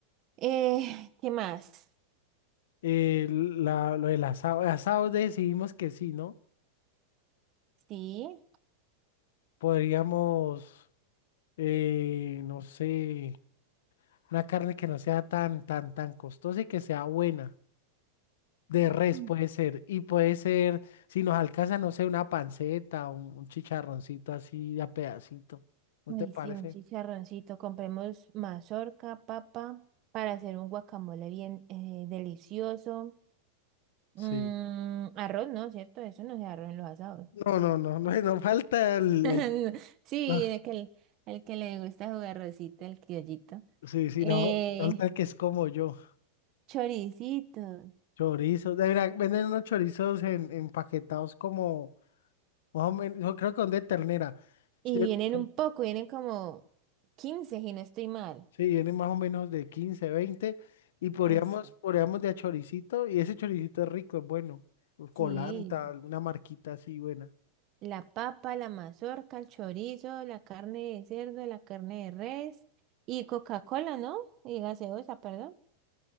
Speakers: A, on the right; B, on the left.
A: Eh, <laughs> ¿qué más?
B: Eh, la, lo del asado, el asado decidimos que sí, ¿no?
A: Sí.
B: Podríamos, eh, no sé, una carne que no sea tan, tan, tan costosa y que sea buena. De res
A: Mm.
B: puede ser. Y puede ser, si nos alcanza, no sé, una panceta, un, un chicharroncito así a pedacito. ¿No
A: Ay,
B: te parece?
A: sí, un chicharroncito. Compremos mazorca, papa, para hacer un guacamole bien eh, delicioso. Mm,
B: Sí.
A: arroz, ¿no? ¿Cierto? Eso no se arroz en los asados.
B: No, no, no, <laughs> no, no falta el,
A: <laughs>
B: el
A: Sí,
B: Ah,
A: de que el, el que le gusta jugar rosita, el criollito.
B: sí, sí,
A: Eh,
B: no, falta que es como yo,
A: choricito.
B: chorizos, de verdad, venden unos chorizos en, empaquetados como, más o menos, yo creo que son de ternera, sí,
A: Y vienen
B: son-
A: un poco, vienen como 15 y no estoy mal.
B: sí, vienen más o menos de 15, 20 y podríamos,
A: Eso,
B: podríamos de a choricito, y ese choricito es rico, es bueno, colanta,
A: sí.
B: alguna marquita así buena.
A: La papa, la mazorca, el chorizo, la carne de cerdo, la carne de res y Coca-Cola, ¿no? Y gaseosa, perdón.